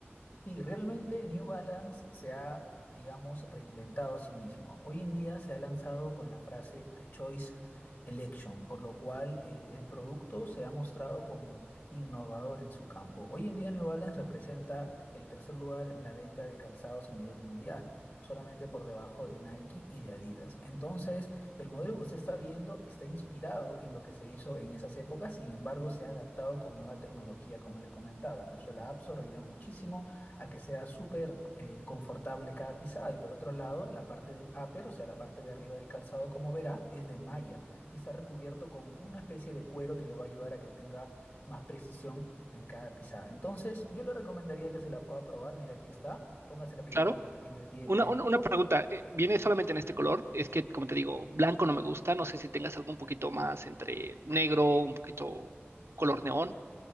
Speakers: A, on the left; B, on the right.
A: Sí, realmente New Balance se ha, digamos, reinventado a sí mismo. Hoy en día se ha lanzado con la frase The Choice Election, por lo cual eh, el producto se ha mostrado como innovador en su campo. Hoy en día New Balance representa el tercer lugar en la venta de calzados a nivel mundial, solamente por debajo de Nike y de Adidas. Entonces, el modelo que usted está viendo está inspirado en lo que se hizo en esas épocas, sin embargo, se ha adaptado con nueva tecnología, como le comentaba. La suela Absor ayuda muchísimo a que sea súper eh, confortable cada pisada. Y por otro lado, la parte del upper, o sea, la parte de arriba del calzado, como verá, es de malla y está recubierto con una especie de cuero que le va a ayudar a que tenga más precisión en cada pisada. Entonces, yo le recomendaría que se la pueda probar. Mira, aquí está. Póngasela primero
B: Claro.
A: en en el pie
B: Una,
A: derecho.
B: una, una pregunta, eh, ¿viene solamente en este color? Es que, como te digo, blanco no me gusta, no sé si tengas algo un poquito más entre negro, un poquito color neón.